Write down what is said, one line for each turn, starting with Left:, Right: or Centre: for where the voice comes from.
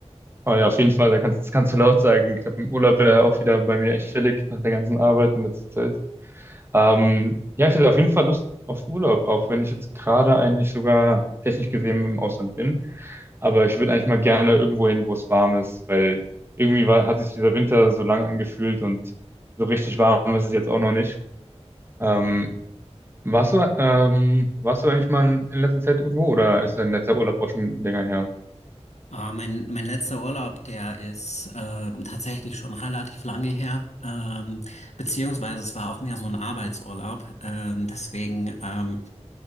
Right: aber ja, auf jeden Fall, da kannst, das kannst du laut sagen. Ich glaube, im Urlaub wäre auch wieder bei mir echt fällig nach der ganzen Arbeit in letzter Zeit. Ähm, ja, ich hätte auf jeden Fall Lust auf Urlaub, auch wenn ich jetzt gerade eigentlich sogar technisch gesehen im Ausland bin. Aber ich würde eigentlich mal gerne irgendwo hin, wo es warm ist, weil irgendwie war, hat sich dieser Winter so lang angefühlt und so richtig warm ist es jetzt auch noch nicht. Ähm, Warst du, ähm, warst du eigentlich mal in letzter Zeit irgendwo oder ist dein letzter Urlaub auch schon länger her?
Left: Ah, mein, mein letzter Urlaub, der ist äh, tatsächlich schon relativ lange her. Ähm, beziehungsweise es war auch mehr so ein Arbeitsurlaub. Ähm, deswegen. Ähm,